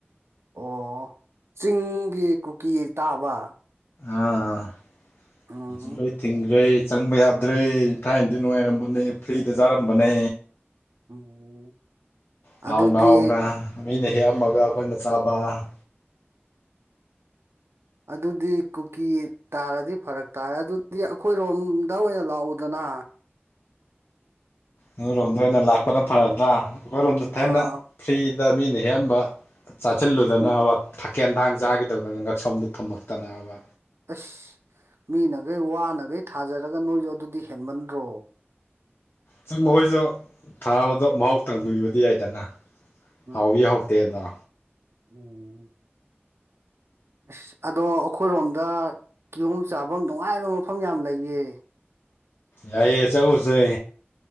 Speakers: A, on the right (about 75°); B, on the left (about 60°).
A: ꯑꯣ ꯆꯤꯡꯒꯤ ꯀꯨꯀꯤ ꯇꯥꯕ
B: ꯑꯥ
A: ꯎꯝ
B: ꯍꯧꯖꯤꯛ ꯂꯣꯏ ꯊꯤꯡꯈ꯭ꯔꯦ ꯆꯪꯕ ꯌꯥꯗ꯭ꯔꯦ ꯊꯥꯏꯅꯗꯤ ꯅꯨꯡꯉꯥꯏꯔꯝꯕꯅꯦ ꯐ꯭ꯔꯤꯗ ꯆꯥꯔꯝꯕꯅꯦ
A: ꯎꯝ
B: ꯍꯥꯎꯅ
A: ꯑꯗꯨꯗꯤ
B: ꯍꯥꯎꯅ ꯃꯤꯅ ꯍꯦꯛꯑꯝꯃꯒ ꯑꯩꯈꯣꯏꯅ ꯆꯥꯕ
A: ꯑꯗꯨꯗꯤ ꯀꯨꯀꯤ ꯇꯥꯔꯗꯤ ꯐꯔꯛ ꯇꯥꯔꯦ ꯑꯗꯨꯗꯤ ꯑꯩꯈꯣꯏꯔꯣꯝꯗ ꯑꯣꯏꯅ ꯂꯥꯛꯎꯗꯅ
B: ꯅꯣꯏꯔꯣꯝꯗ ꯑꯣꯏꯅ ꯂꯥꯛꯄꯅ ꯐꯔꯗ꯭ꯔꯥ ꯑꯩꯈꯣꯏꯔꯣꯝꯗ ꯊꯥꯏꯅ
A: ꯑꯥ
B: ꯐ꯭ꯔꯤꯗ ꯃꯤꯅ ꯍꯦꯛꯑꯝꯕ ꯆꯥꯁꯤꯜꯂꯨꯗꯅꯕ
A: ꯎꯝ
B: ꯊꯀꯦꯟ ꯊꯥꯡ ꯆꯥꯒꯦꯗꯧꯗꯅ ꯉꯛꯁꯣꯝꯗꯨ ꯊꯝꯂꯛꯇꯅꯕ
A: ꯑꯁ ꯃꯤꯅꯒꯩ ꯋꯥꯅꯒꯩ ꯊꯥꯖꯔꯒ ꯅꯣꯏꯁꯨ ꯑꯗꯨꯗꯤ ꯍꯦꯟꯃꯟꯗ꯭ꯔꯣ
B: ꯆꯨꯝ ꯃꯈꯣꯏꯁꯨ ꯊꯥꯕꯗꯣ ꯃꯍꯥꯎ ꯇꯪꯕꯤꯕꯗꯤ ꯌꯥꯏꯗꯅ
A: ꯎꯝ
B: ꯍꯥꯎꯋꯤ ꯍꯥꯎꯇꯦꯗꯣ
A: ꯎꯝ ꯑꯁ ꯑꯗꯣ ꯑꯩꯈꯣꯏꯔꯣꯝꯗ ꯀꯤꯌꯣꯝ ꯆꯥꯐꯝ ꯅꯨꯡꯉꯥꯏꯕ ꯃꯐꯝ ꯌꯥꯝ ꯂꯩꯌꯦ
B: ꯌꯥꯏꯌꯦ ꯆꯧꯖꯦ